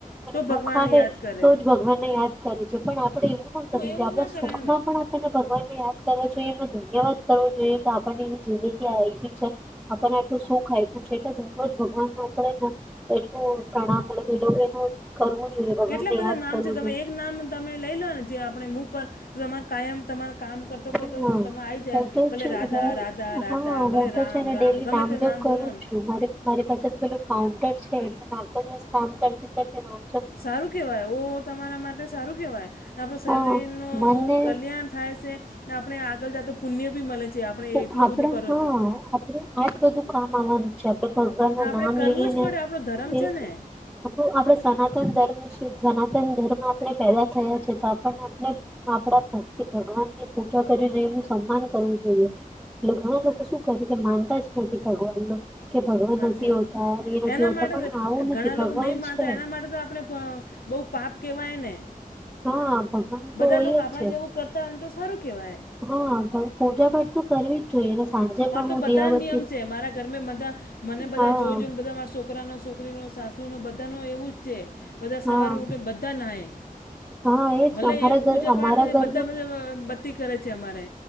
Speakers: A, on the left; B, in the centre.
A: તો
B: દુઃખ
A: ભગવાનને
B: આવે
A: યાદ કરે
B: તો જ ભગવાનને યાદ કરે છે પણ આપડે એવું ના કરું
A: એવું
B: આપણા
A: ના
B: સુખમાં
A: કરાય ને
B: પણ આપને ભગવાન ને યાદ કરવા જોઈએ એ ધન્યવાદ કરવો જોઈએ કે આપણને એવી જિંદગી આવીી છે આપણને આટલું સુુંખ આપ્યું છે એટલેજ ભગવાન ન આપણે એટલું પ્રણામ મતલબ એ લોકો એનું કરવું જોઈએ ભગવાનને
A: કેટલા બધા
B: યાદ
A: નામ
B: કરવું
A: છે તમે
B: જોઈએ
A: એક નામ તમે લઈ લો ને જે આપણે મુ પર તમા કાયમ તમારા કામ કર તો
B: હા
A: તો તમે આવી જાય
B: હું તો
A: ભલે
B: છું
A: રાધા
B: હું
A: રાધા રાધા
B: હા
A: ભલે
B: હું તો
A: રામ
B: છે ને
A: રામ
B: ડેલી
A: ગમે
B: નામજપ
A: તે નામ
B: કરું
A: બોલો
B: જ
A: ને
B: મારી પાસે તો પેલું કાઉન્ટર છે એટલે આખો દિવસ કામ કરતી કર
A: સારું કેવાય ઓ તમારા માટે સારું કેવાય આપણ શરીર
B: હા
A: ન
B: મનને
A: કલ્યાણ થાય છે આપણે આગળ જાતો પુણ્ય બી મળે છે આપણે
B: તો
A: એટલું
B: આપડા
A: બધું કરો
B: હા
A: તો
B: આપડ આજ બધું કામ આવવાનું છે આપ ભગવાન નું
A: ને આપણે
B: નામ
A: કરવું
B: લઈએ
A: જ
B: ને
A: પડે આપણો ધર્મ
B: એજ
A: છે ને
B: આપડુ આપણે સનાતન ધર્મ સનાતન ધર્મ આપણે પેદા થયા છે તો આપણને આપણે આપડા ભક્તિ ભગવાનની પૂજા કરીને એનું સન્માન કરવું જોઈએ. એટલે ઘણા લોકો શું કરે છે માનતા જ નથી ભગવાનમાં કે ભગવાન
A: સાચી
B: નથી
A: વાત
B: હોતા એ નથી
A: એના
B: હોતા
A: માટે
B: પણ આવું
A: ઘણા
B: નથી ભગવાન
A: લોકો નહી માનતા
B: છે
A: એના માટે તો આપણે બહુ પાપ કહેવાય ને
B: હા ભગવાન
A: બધા
B: તો હોય
A: લોકો આપણા
B: જ છે
A: જેવું કરતા હોયને તો સારું કહેવાય
B: હા પણ પૂજા કરતું કરવી જ જોઈએ તો સાંજે
A: મા
B: પણ
A: તો
B: હું
A: બધા
B: દિયાબત્તી
A: નિયમ છે મારા ઘરમે બધા મને બધા
B: હા
A: જો જોને બધા મા છોકરાનો છોકરી નો સાસુનો બધાનો એવું જ છે બધા સવાર
B: હા
A: ઉઠે બધા નાહે.
B: હા એજ
A: ભલે
B: અમારા
A: એક
B: ઘર
A: પૂજા
B: અમારા
A: પાઠ કરી
B: ઘરમાં
A: બધા બધા બતી કરે છે અમારે.